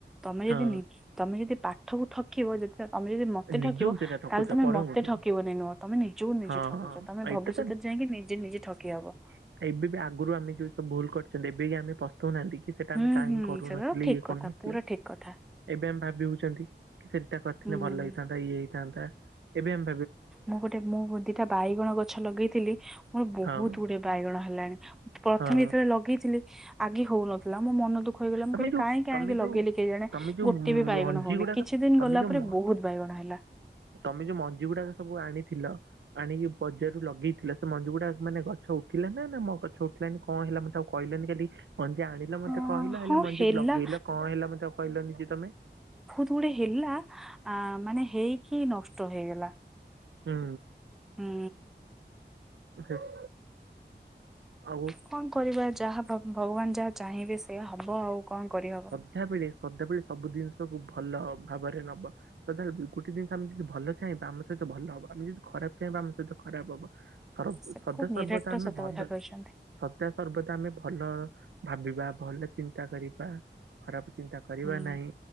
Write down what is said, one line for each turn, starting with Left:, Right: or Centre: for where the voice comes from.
Centre: ତମେ ଯଦି
Right: ହଁ
Centre: ନି ତମେ ଯଦି ପାଠକୁ ଠକିବ, ଯେତ ତମେ ଯଦି ମତେ
Right: ନିଜକୁ
Centre: ଠକିବ।
Right: ସେଇଟା ଠକୁଛ
Centre: ତାହେଲେ ତମେ
Right: ପରଙ୍କୁ
Centre: ମତେ
Right: ନୁହଁ।
Centre: ଠକିବନି ନୁହଁ, ତମେ ନିଜକୁ ନିଜେ
Right: ହଁ
Centre: ଠକୁଛ।
Right: ହଁ
Centre: ତମେ
Right: ଏଇଟା
Centre: ଭବିଷ୍ୟତରେ ଯାଇଁକି ନିଜେ ନିଜେ ଠକି ହବ।
Right: ଆ ଏବେ ବି ଆଗରୁ ଆମେ ଯୋଉ ସବୁ ଭୁଲ କରିଛନ୍ତି, ଏବେ ଇ ଆମେ ପସ୍ତଉନାହାଁନ୍ତି କି? ସେଟା
Centre: ହୁଁ
Right: ଆମେ କାହିଁକି
Centre: ହୁଁ
Right: କରୁନଥିଲେ,
Centre: ସେଟା ଠିକ
Right: ଇଏ
Centre: କଥା
Right: କରୁନଥିଲେ।
Centre: ପୁରା ଠିକ କଥା
Right: ଏବେ ଆମେ ଭାବି ହଉଛନ୍ତି, କି ସେମତିଆ କରିଥିନେ
Centre: ହୁଁ।
Right: ଭଲ ହେଇଥାନ୍ତା, ଇଏ ହେଇଥାନ୍ତା। ଏବେ ଆମ୍
Centre: ମୁଁ ଗୋଟେ ମୁଁ ଦିଟା ବାଇଗଣ ଗଛ ଲଗେଇଥିଲି, ମୋର ବହୁତ
Right: ହଁ
Centre: ଗୁଡେ ବାଇଗଣ ହେଲାଣି। ପ୍ରଥମେ
Right: ହଁ
Centre: ଯେତେବେଳେ ଲଗେଇଥିଲି, ଆଗେ ହଉନଥିଲା। ମୋ ମନ ଦୁଃ ଖ, ହେଇଗଲା ମୁଁ
Right: ତମେ
Centre: କହିଲି
Right: ଯୋଉ
Centre: କାହିଁକି ଆଣି
Right: ତମେ
Centre: ଲଗେଇଲି
Right: ଯୋଉ
Centre: କେଜାଣି?
Right: ତମେ ଯୋଉ
Centre: ଗୋଟେ
Right: ମଞ୍ଜି
Centre: ବି ବାଇଗଣ ହଉନି,
Right: ଗୁଡାକ
Centre: କିଛି ଦିନ
Right: ତମେ
Centre: ଗଲା
Right: ଯୋଉ
Centre: ପରେ
Right: ମ-
Centre: ବହୁତ ବାଇଗଣ ହେଲା।
Right: ତମେ ଯୋଉ ମଞ୍ଜି ଗୁଡାକ ସବୁ ଆଣିଥିଲ। ଆଣିକି ବଜାରରୁ ଲଗେଇଥିଲ, ସେ ସେ ମଞ୍ଜି ଗୁଡା ମାନେ ଗଛ ଉଠିଲା ନା! ମୋ ଗଛ ଉଠିଲାନି, କଣ ହେଲା ମତେ ଆଉ କହିଲନି କାଲି? ମଞ୍ଜି ଆଣିଲ ମତେ
Centre: ଅଁ
Right: କହିଲ, ହେଲେ
Centre: ହଁ
Right: ମଞ୍ଜିକୁ
Centre: ହେଲା
Right: ଲଗେଇଲ କଣ ହେଲା ମତେ ଆଉ କହିଲନି ଯେ ତମେ?
Centre: ପୁଣି ହେଲା ଆ, ମାନେ ହେଇକି ନଷ୍ଟ ହେଇଗଲା।
Right: ହୁଁ।
Centre: ହୁଁ
Right: ଧେତ୍ ଆଉ
Centre: କଣ କରିବା ଯାହା ଭଗ-ଭଗବାନ ଯାହା ଚାହିଁବେ, ସେୟା ହବ ଆଉ କଣ କରିହବ?
Right: ଧା ବେଳେ ସଦାବେଳେ ସବୁ ଦିନଷକୁ ଭଲ ଭାବରେ ନବ। ସଧାବେଳେ ବୁଲ୍ ଗୋଟେ ଦିନିଷ ଆମେ ଯଦି ଭଲ ଚାହିଁବା ଆମ ସହିତ ଭଲ ହବ। ଆମେ ଯଦି ଖରାପ ଚାହିଁବା ଆମ ସହିତ ଖରାପ ହବ। ସରବ୍
Centre: ସେଟା
Right: ସଦା
Centre: ନିରାଟ
Right: ସର୍ବଦା ଆମେ
Centre: ସତ
Right: ଭଲରେ
Centre: କଥା କହିଛନ୍ତି
Right: ସଦା ସର୍ବଦା ଆମେ ଭଲ ଭାବିବା, ଭଲ ଚିନ୍ତା କରିବା ଖରାପ ଚିନ୍ତା କରିବା
Centre: ହୁଁ
Right: ନାହିଁ।